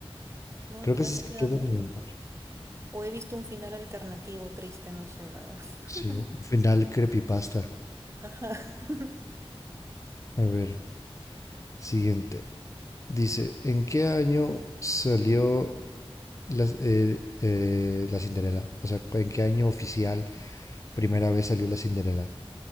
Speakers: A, on the right; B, on the left.
A: No,
B: Creo
A: al final
B: que sí
A: se
B: se
A: queda
B: queda
A: muda.
B: en el mar.
A: O he visto un final alternativo triste, no sé, la verdad. <laughs>
B: Sí, un final creepypasta.
A: Ajá. <laughs>
B: A ver, siguiente. Dice, ¿en qué año salió la, eh, eh, la Cinderela? O sea, ¿en qué año oficial primera vez salió la Cinderela?